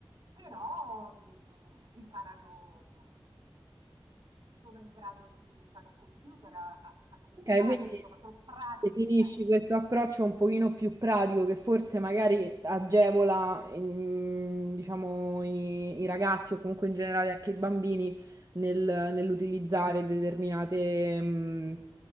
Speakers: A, on the right; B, on the right.
A: però mh, imparano, mh, sono in grado di usare un computer a, a a 12
B: Ok,
A: anni,
B: quindi...
A: insomma, sono pratici.
B: Definisci
A: eh.
B: questo approccio un pochino più pratico che forse magari agevola, ehm, diciamo, i, i ragazzi o comunque in generale anche i bambini nel- nell'utilizzare determinate, mh,